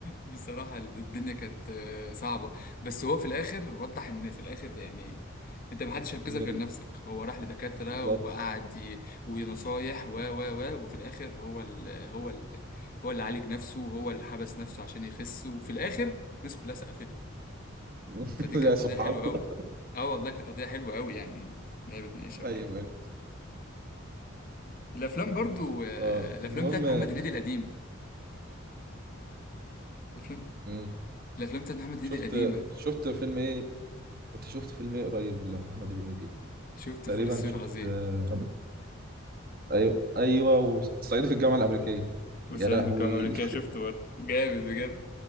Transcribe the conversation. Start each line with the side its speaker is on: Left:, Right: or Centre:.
Left: بصراحة الدنيا كانت آه، صعبة بس هو في الآخر وضح إن في الآخر يعني أنت محدش هينقذك
Right: <laughs> من
Left: غير
Right: ال...
Left: نفسك هو راح لدكاترة
Right: بالظبط
Left: وقعد ي... ونصايح و و و وفي الآخر هو ال... هو ال... هو اللي عالج نفسه وهو اللي حبس نفسه عشان يخس وفي الآخر الناس كلها سقفت له.
Right: <laughs>
Left: فدي
Right: يا
Left: كانت
Right: سبحان
Left: قضية حلوة أوي
Right: الله
Left: أه والله كانت قضية حلوة أوي يعني إن هي بتناقشها
Right: ايوه
Left: وكده
Right: ايوه
Left: الأفلام برضو آه،
Right: اه
Left: الأفلام
Right: المهم
Left: بتاعت محمد هنيدي القديم الأفلام
Right: مم.
Left: الأفلام بتاعت محمد هنيدي
Right: شفت
Left: القديمة
Right: شفت فيلم ايه كنت شفت فيلم ايه قريب لمحمد هنيدي
Left: شفت
Right: تقريبا
Left: فول الصين
Right: شفت
Left: العظيم
Right: آه، ايوه ايوه وصعيدي في الجامعة الأمريكية
Left: وصعيدي
Right: يا لهوي
Left: في الجامعة الأمريكية شفته برضه جامد بجد